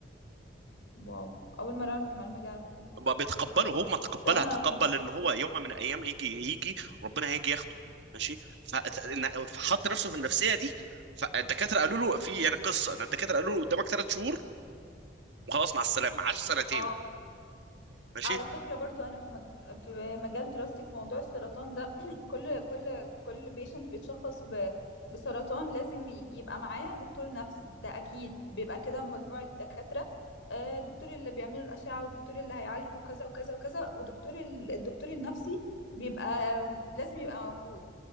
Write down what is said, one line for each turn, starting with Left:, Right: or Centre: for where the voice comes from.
Left: واو اول مرة اعرف المعلومة دي على فكرة
Right: ب- بيتقبلوا هم تقبلها
Left: انا
Right: تقبل ان هو يوم من الايام هيجي هيجي ربنا هيجي ياخده ماشي ف- إن- فحط نفسه في النفسيه دي فالدكاتره قالوا له في يعني قصه ان الدكاتره قالوا له قدامك ثلاث شهور وخلاص مع السلامه عاش سنتين
Left: اه
Right: ماشي
Left: على فكرة برضو أنا في مج... في مجال دراستي في موضوع السرطان ده <clears throat> كل كل كل بيشنت بيتشخص ب... بسرطان لازم ي- يبقى معاه دكتور نفسي ده أكيد بيبقى كده مجموعة دكاترة آه، دكتور اللي بيعمل الأشعة ودكتور اللي هيعالجه وكذا وكذا وكذا ودكتور ال- الدكتور النفسي بيبقى آم، لازم يبقى موجود